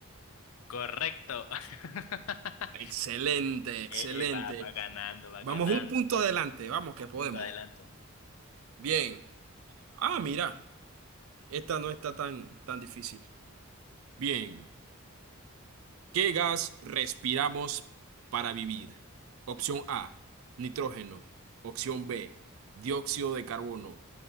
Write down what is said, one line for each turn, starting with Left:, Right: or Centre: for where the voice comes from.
Left: Correcto. <laughs>
Right: Excelente, excelente.
Left: Eh, va, va ganando, va
Right: Vamos
Left: ganando.
Right: un punto adelante, vamos que
Left: Un
Right: podemos.
Left: punto adelante.
Right: Bien. Ah, mira, esta no está tan, tan difícil. Bien. ¿Qué gas respiramos para vivir? Opción A, nitrógeno. Opción B, dióxido de carbono.